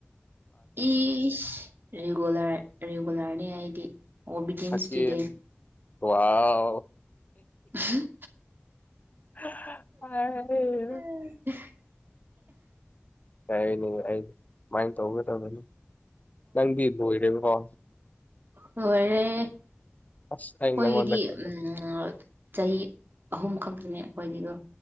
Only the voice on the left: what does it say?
ꯁꯀꯤꯟ
ꯋꯥꯎ
ꯑ <unintelligible>
ꯀꯩꯅꯤ ꯑꯩ ꯁꯨꯃꯥꯏꯅ ꯇꯧꯒꯗꯕꯅꯤ ꯅꯪꯗꯤ ꯂꯣꯏꯔꯦꯕꯀꯣ
ꯑꯁ ꯑꯩ ꯅꯪꯉꯣꯟꯗ ꯀꯩꯅꯣ